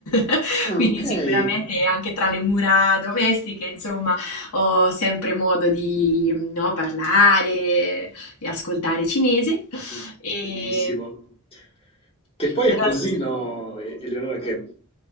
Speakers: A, on the left; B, on the left.
A: <laughs>
B: Ah,
A: quindi
B: okay.
A: sicuramente anche tra le mura domestiche, insomma, ho sempre modo di, no, parlare e ascoltare cinese.
B: Sì,
A: E,
B: bellissimo. Che poi
A: però
B: è così,
A: sì.
B: no, E- Eleonora, che